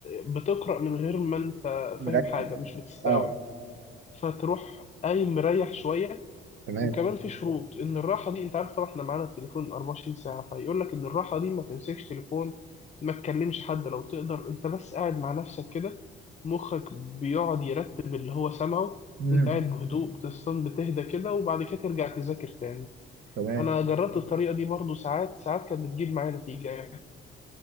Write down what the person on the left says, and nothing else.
بتقرأ من غير ما انت
فاهم حاجة مش بتستوعب
فتروح قايم مريح شوية
وكمان في شروط ان الراحه دي انت عارف طبعا احنا معانا التليفون 24 ساعه فيقول لك ان الراحه دي ما تمسكش تليفون ما تكلمش حد لو تقدر انت بس قاعد مع نفسك كده مخك بيقعد يرتب اللي هو سمعه
انت قاعد بهدوء بتستن بتهدى كده وبعد كده ترجع تذاكر تاني
انا جربت الطريقه دي برضو ساعات ساعات كانت بتجيب معايا نتيجه يعني